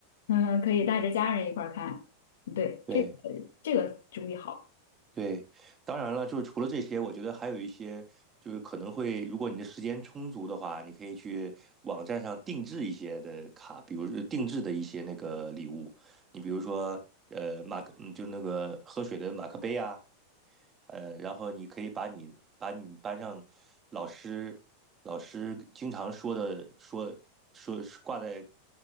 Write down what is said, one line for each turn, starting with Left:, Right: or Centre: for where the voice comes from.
Left: 嗯，可以带着家人一块儿看。对，
Right: 对
Left: 这个这个主意好。
Right: 对，当然了，就是除了这些，我觉得还有一些，就是可能会，如果你的时间充足的话，你可以去网站上定制一些的卡，比如说定制的一些那个礼物，你比如说，呃，马克，嗯，就那个喝水的马克杯啊，呃，然后你可以把你把你班上老师老师经常说的说说挂在